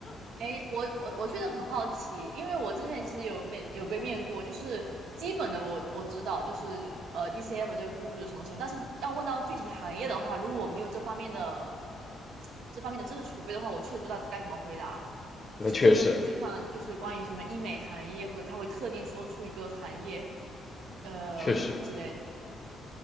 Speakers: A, on the right; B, on the left.
A: 哎，我我我确实很好奇，因为我之前其实有面有被面过，就是基本的我我知道，就是呃 DCF 这个估值什么什么，但是要问到具体行业的话，如果我没有这方面的这方面的知识储备的话，我确实不知道该怎么回答。
B: <laughs> 那确实
A: 就是就算就算就是关于什么医美行业，或者他会特定说出一个行业呃之类的。
B: 确实